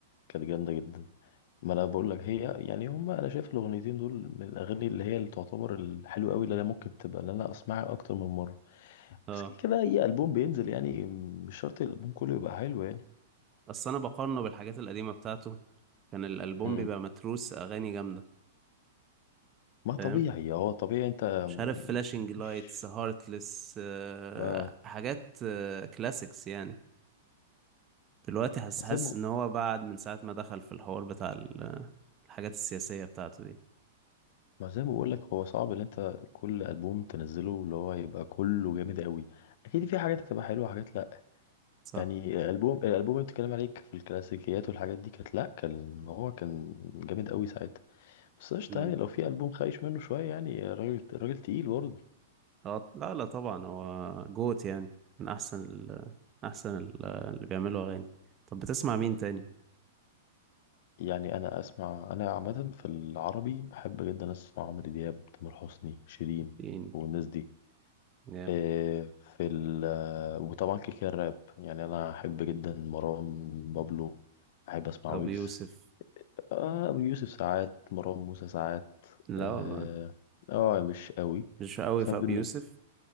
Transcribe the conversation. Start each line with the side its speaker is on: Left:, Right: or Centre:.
Left: كانت جامده جدا ما انا بقول لك هي يعني هما انا شايف الاغنيتين دول من الاغاني اللي هي اللي تعتبر الحلوه قوي اللي انا ممكن تبقى اللي انا اسمعها اكتر من مره
Right: اه
Left: بس كده كده اي البوم بينزل يعني مش شرط الالبوم كله يبقى حلو يعني
Right: اصل انا بقارنه بالحاجات القديمه بتاعته كان الالبوم
Left: امم
Right: بيبقى متروس اغاني جامده
Left: ما
Right: فاهم
Left: طبيعي هو طبيعي انت
Right: مش عارف فلاشنج لايتس
Left: مش
Right: هارتلس
Left: اه
Right: حاجات آه، كلاسيكس يعني دلوقتي حاسس
Left: ما
Right: حاسس
Left: زي ما
Right: ان هو بعد من ساعه ما دخل في الحوار بتاع ال- الحاجات السياسيه بتاعته دي
Left: ما زي ما بقول لك هو صعب ان انت كل البوم تنزله اللي هو يبقى كله جامد قوي اكيد في حاجات هتبقى حلوه وحاجات لا
Right: صح
Left: يعني الالبوم الالبوم اللي بتتكلم عليك في الكلاسيكيات والحاجات دي كانت لا كان هو كان جامد قوي ساعتها بس قشطه
Right: مم.
Left: يعني لو في البوم خايش منه شويه يعني راجل راجل تقيل برضه
Right: اه لا لا طبعا هو جوت يعني من احسن ال احسن ال اللي بيعملوا اغاني طب بتسمع مين تاني
Left: يعني انا اسمع انا عامه في العربي بحب جدا اسمع عمرو دياب تامر حسني شيرين
Right: يعني
Left: والناس دي
Right: جامد
Left: إيه في ال آه، وطبعا كده كده الراب يعني انا احب جدا مروان بابلو احب اسمع
Right: ابو
Left: ويجز
Right: يوسف
Left: آه، ابو يوسف ساعات مروان موسى ساعات
Right: لا
Left: اه
Right: والله
Left: آه، مش قوي
Right: مش قوي
Left: بس
Right: في
Left: أنا
Right: ابو
Left: بالنسبه
Right: يوسف